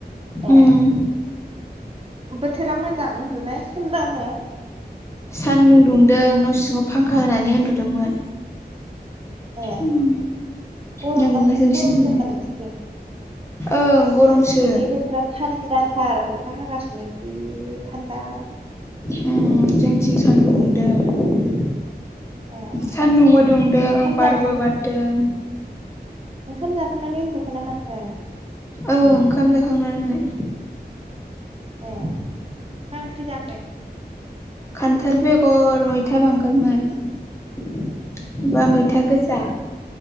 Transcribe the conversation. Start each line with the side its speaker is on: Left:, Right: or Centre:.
Right: ए
Left: ओम।
Right: बोथोरा मोजां उन्दुनो थानदानो
Left: सानदुं दुंदों न' सिङाव फांखा होनानै उन्दुदोंमोन।
Right: ए
Left: उम
Right: गरम
Left: नोंलाय
Right: ना
Left: नोंसिनिलाय
Right: गरमसो होमबालाय नोंसोरथिं?
Left: ओं गरमसो
Right: जों खैजाय बोथोरा थान्दा। थार अखा हागासिनो गि थान्दा।
Left: उम जोंथिं सानदुं दुंदों।
Right: ए
Left: सान्दुंबो दुंदों
Right: ओंखाम
Left: बारबो
Right: जाखां
Left: बारदों।
Right: ओंखाम जाखांनानै उन्दुखोना माखो
Left: ओं ओंखाम जाखांनानै। <inaudible>
Right: ए मा ओंख्रि जाखो?
Left: खान्थाल बेगर मैथा बांगालमोन ब बा मै मैथा गोजा